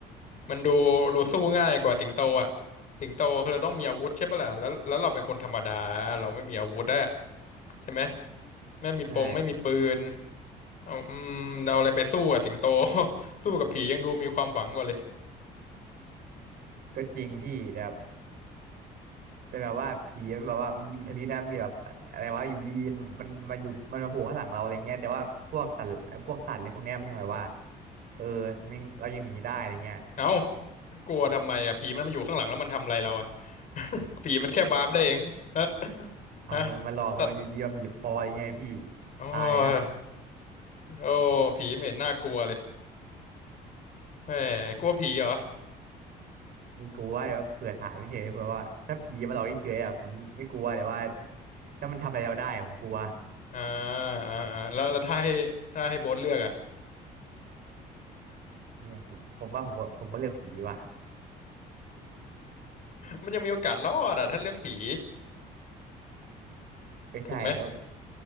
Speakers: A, on the left; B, on the right.
A: มันดูดูสู้ง่ายกว่าสิงโตอ่ะสิงโตคือเราต้องมีอาวุธใช่ปะล่ะแล้วแล้วเราเป็นคนธรรมดาเราไม่มีอาวุธอะใช่ไหมไม่มีปงไม่มีปืน
B: ใช่
A: เอาอืมเอาอะไรไปสู้กับสิงโต <laughs> สู้กับผียังดูมีความหวังกว่าเลย
B: ก็จริงพี่แต่แต่แบบว่าผีมันแบบว่ามันมีอิทธิฤทธิ์นะมีแบบอะไรวะอยู่ดีมันมาอยู่มันมาโผล่ข้างหลังเราอะไรเงี้ยแต่ว่าพวกสัตว์พวกสัตว์เลยพวกเนี้ยมันยังแบบว่าเออมันเรายังหนีได้อะไรเงี้ย
A: เอ้ากลัวทำไมอ่ะผีมันมาอยู่ข้างหลังแล้วมันทำอะไรเราอ่ะ <laughs> ผีมันแค่วาร์ปได้เอง <laughs> ฮะ
B: เอาเว้ยมันหลอกเว้ยมันอยู่ดีมาบีบคออะไรเงี้ยพี่
A: ฮะสัตว์โอ้ย
B: ตายนะ
A: โอ้ผีไม่เห็นน่ากลัวเลยแหมกลัวผีเหรอ
B: มีกลัวแต่ว่าเผื่อถามเฉยๆเผื่อว่าถ้าผีมาหลอกเฉยๆอ่ะผมไม่กลัวแต่ว่าถ้ามันทำอะไรเราได้ผมกลัว
A: อ่าอ่าอ่าแล้วแล้วถ้าให้ถ้าให้โบ๊ทเลือกอ่ะ
B: เนี่ยผมผมว่าผมก็ผมก็เลือกผีว่ะ
A: มันยังมีโอกาสรอดอ่ะถ้าเลือกผี
B: ก็ใช่แล้ว
A: ถูกไหม